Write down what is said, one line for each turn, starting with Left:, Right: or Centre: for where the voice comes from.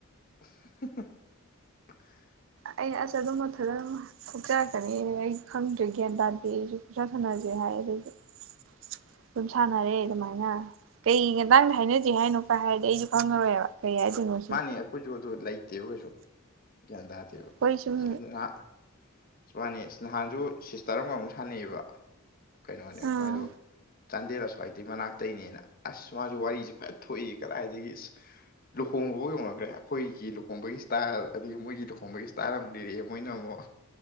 Left: <unintelligible>
Right: ꯑꯩꯅ ꯑꯁ ꯑꯗꯨꯝ <unintelligible> ꯊꯣꯛꯆꯔꯛꯀꯅꯤ ꯑꯩ ꯈꯪꯗ꯭ꯔꯦ ꯒ꯭ꯌꯥꯟ ꯇꯥꯗꯦ ꯑꯩꯁꯨ ꯄꯪꯁꯥꯟ ꯁꯥꯟꯅꯁꯦ ꯍꯥꯏꯔꯦ ꯑꯩꯖꯨ <inaudible> ꯁꯥꯟꯅꯔꯦ ꯑꯗꯨꯃꯥꯏꯅ ꯀꯩ ꯃꯇꯥꯡꯗ ꯍꯥꯏꯅꯖꯦ ꯍꯥꯏꯅꯣ ꯀꯥꯢ ꯍꯥꯏꯔꯗꯤ ꯑꯩꯖꯨ ꯈꯪꯉꯔꯣꯏꯕ ꯀꯩ ꯍꯥꯏꯗꯣꯏꯅꯣ ꯁꯤ
Left: ꯃꯥꯅꯤ ꯑꯩꯈꯣꯏꯖꯨ ꯑꯗꯨ ꯂꯩꯇꯦꯕ ꯀꯩꯁꯨ ꯒ꯭ꯌꯥꯟ ꯇꯥꯗꯦꯕ
Right: ꯑꯩꯈꯣꯏ ꯁꯨꯝ
Left: ꯑꯁ ꯑꯗꯨ ꯉꯥꯢꯍꯥꯛ ꯃꯥꯅꯦ ꯅꯍꯥꯟꯖꯨ ꯁꯤꯁꯇꯔ ꯑꯃꯒ ꯑꯃꯨꯛ ꯁꯥꯟꯅꯩꯑꯕ ꯀꯩꯅꯣꯅꯦ
Right: ꯑꯥ
Left: ꯃꯥꯏꯗꯣ ꯆꯥꯟꯗꯦꯜ ꯑꯁ꯭ꯋꯥꯏꯗꯩ ꯃꯅꯥꯛꯇꯩꯅꯦꯅ ꯑꯁ ꯃꯥꯁꯨ ꯋꯥꯔꯤꯁꯦ ꯐꯖ ꯊꯣꯛꯏ ꯀꯗꯥꯏꯗꯒꯤ ꯂꯨꯍꯣꯡꯕꯕꯧ ꯌꯧꯅꯈ꯭ꯔꯦ ꯑꯩꯈꯣꯏꯒꯤ ꯂꯨꯍꯣꯡꯕꯒꯤ ꯁ꯭ꯇꯥꯏꯜ ꯑꯗꯒꯤ ꯃꯣꯏꯒꯤ ꯂꯨꯍꯣꯡꯕꯒꯤ ꯁ꯭ꯇꯥꯏꯜ ꯑꯃꯨꯛ ꯂꯤꯔꯛꯑꯦ ꯃꯣꯏꯅ ꯑꯃꯨꯛ